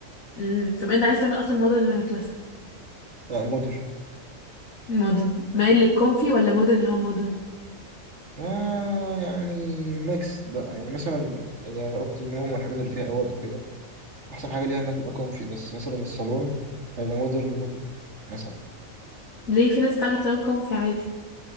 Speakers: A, on the left; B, on the right.
A: امم طب انت عايز تعمل اصلا مودرن ولا كلاسيك
B: بقى مودرن
A: مودرن مايل للكونفي ولا مودرن اللي هو مودرن
B: آه يعني ميكس بقى يعني مثلا اوضه النوم والحاجات اللي فيها اوض وكده احسن حاجه ليها انها تبقى كومفي بس مثلا الصالون هيبقى مودرن مودرن مثلا
A: ليه في ناس بتعمل صالون كونفي عادي